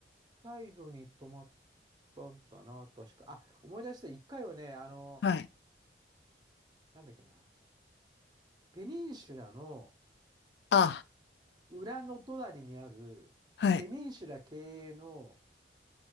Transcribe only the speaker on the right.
サイドに泊まっだったな、確か。あ、思い出した、一回はね、あの、
なんだっけな、ペニンシュラの
裏の隣にある、
ペニンシュラ経営の